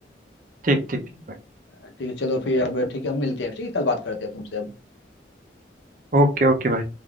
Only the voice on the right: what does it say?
ठीक ठीक ठीक
ओके ओके भाई